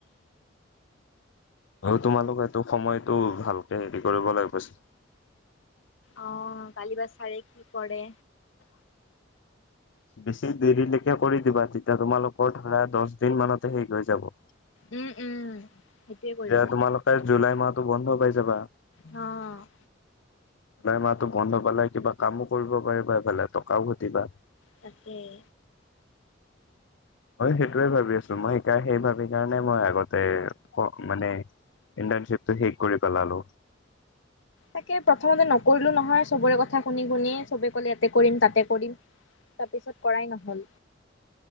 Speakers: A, on the left; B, on the left.
A: আৰু তোমালোক এইটো সময়টো ভালকে হেৰি কৰিব লাগিব।
B: অ কালি বা চাৰে কি কৰে?
A: বেছি দেৰিলৈকে কৰি দিবা, তেতিয়া তোমালোকৰ ধৰা দচ দিন মানতে শেষ হৈ যাব।
B: উম উম। সেইটোৱে কৰিব
A: এয়া তুমালোকে জুলাই মাহত টো বন্ধ পাই যাবা।
B: অ'।
A: জুলাই মাহটো বন্ধ পালে কিবা কামো কৰিব পাৰিবা, এইফালে টকাও ঘটিবা।
B: তাকেই।
A: মই সেইটোৱে ভাবি আছো। মই সেই ভাবি কেনে মই আগতে এ অ', মানে ইন্টাৰ্ণশ্বিপটো শেষ কৰি পেলালো।
B: তাকে প্ৰথমতে নকৰিলো নহয়, চবৰে কথা শুনি শুনি। চবে কলে ইয়াতে কৰিম, তাতে কৰিম, তাৰপিছত কৰাই নহ'ল।